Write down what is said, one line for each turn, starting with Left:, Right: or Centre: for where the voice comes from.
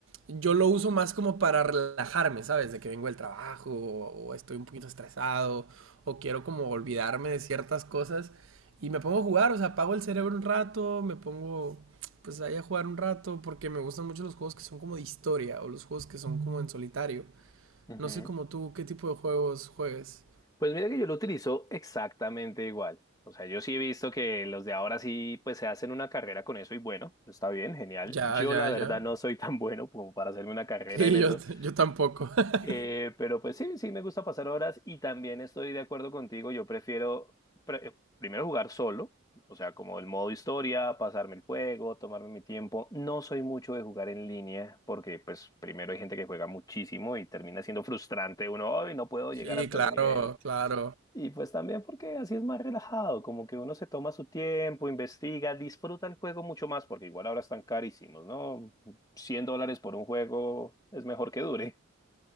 Right: yo lo uso más como para relajarme, ¿sabes? De que vengo del trabajo o, o estoy un poquito estresado o quiero como olvidarme de ciertas cosas y me pongo a jugar, o sea, apago el cerebro un rato, me pongo pues ahí a jugar un rato porque me gustan mucho los juegos que son como de historia o los juegos que son como en solitario.
Left: Ujú.
Right: No sé como tú qué tipo de juegos juegues.
Left: Pues mira que yo lo utilizo exactamente igual. O sea, yo sí he visto que los de ahora sí, pues se hacen una carrera con eso y bueno, está bien, genial.
Right: Ya,
Left: Yo
Right: ya,
Left: la
Right: ya.
Left: verdad no soy <laughs> tan bueno como para hacerme una carrera
Right: Sí,
Left: en eso,
Right: yo, yo tampoco. <laughs>
Left: Eh, pero pues sí, sí me gusta pasar horas y también estoy de acuerdo contigo. Yo prefiero pre- eh, primero jugar solo, o sea, como el modo historia, pasarme el juego, tomarme mi tiempo. No soy mucho de jugar en línea porque pues primero hay gente que juega muchísimo y termina siendo frustrante uno, hoy no puedo
Right: Sí,
Left: llegar hasta
Right: claro,
Left: ese nivel.
Right: claro,
Left: Y pues también porque así es más relajado, como que uno se toma su tiempo, investiga, disfruta el juego mucho más, porque igual ahora están carísimos, ¿no? cien dólares por un juego es mejor que dure.